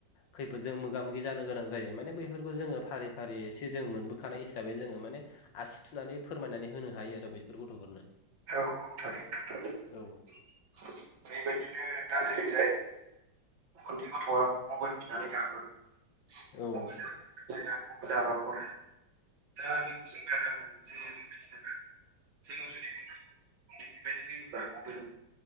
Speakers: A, on the left; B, on the right.
A: खैफोदजों मोगा मोगि जानो गोनां जायो माने बैफोरखौ जोङो फारि फारि एसे जों मोनबोखानाय हिसाबै जोङो माने आसि थुनानै फोरमायनानै होनो हायो आरो बेफोर गथ'फोरनो
B: औ औ थारैनो थारैनो
A: औ
B: बेबायदिनो दा जेरैजाय उन्दै गथ'आ मबाइल बिनानै गाबो
A: औ
B: मबाइल खोनाया मबाइल फराया दा बेखौ ज बादा होनांगोन जे बेबायदि नङा जों जुदि बे उनदैनिफ्रायनो जेनेबा मबाइल